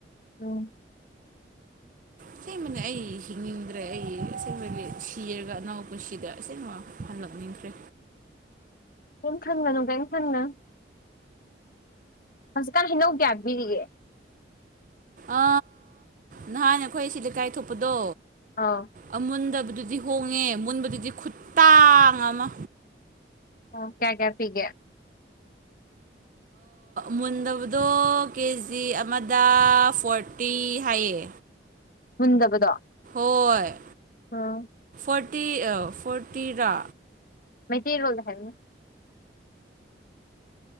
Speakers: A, on the left; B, on the right.
A: ꯑꯝ
B: ꯏꯁꯦꯡꯕꯅꯦ ꯑꯩ ꯍꯤꯡꯅꯤꯡꯗ꯭ꯔꯦ ꯑꯩ ꯑꯦꯡꯕꯒꯤ ꯁꯤꯔꯒ ꯑꯅꯥꯎ ꯄꯨꯟꯁꯤꯗ ꯏꯁꯦꯡꯕ ꯍꯜꯂꯛꯅꯤꯡꯈ꯭ꯔꯦ
A: ꯀꯦꯝ ꯈꯟꯒꯅꯣ ꯀꯦꯝ ꯈꯟꯒꯅꯣ ꯍꯧꯖꯤꯛꯀꯥꯟ ꯍꯩꯅꯧ ꯀꯌꯥ ꯄꯤꯔꯤꯌꯦ
B: ꯑ ꯅꯍꯥꯟ ꯑꯩꯈꯣꯏ ꯁꯤ ꯂꯩꯀꯥꯏ ꯊꯣꯛꯄꯗꯣ
A: ꯑꯥ
B: ꯑꯃꯨꯟꯗꯕ ꯑꯗꯨꯗꯤ ꯍꯣꯡꯉꯦ ꯃꯨꯟꯕꯗꯨꯗꯤ ꯈꯨꯇꯥꯡ ꯑꯃ
A: ꯑꯥ ꯀꯌꯥ ꯀꯌꯥ ꯄꯤꯒꯦ ꯗ
B: ꯃꯨꯟꯗꯕꯗꯣ ꯀꯦ ꯖꯤ ꯑꯃꯗ ꯐꯣꯔꯇꯤ ꯍꯥꯏꯌꯦ
A: ꯃꯨꯟꯗꯕꯗꯣ
B: ꯑꯣꯏ
A: ꯑꯥ
B: ꯐꯣꯔꯇꯤ ꯐꯣꯔꯇꯤꯔꯥ
A: ꯃꯩꯇꯩ ꯂꯣꯟꯗ ꯍꯥꯏꯌꯣꯅꯦ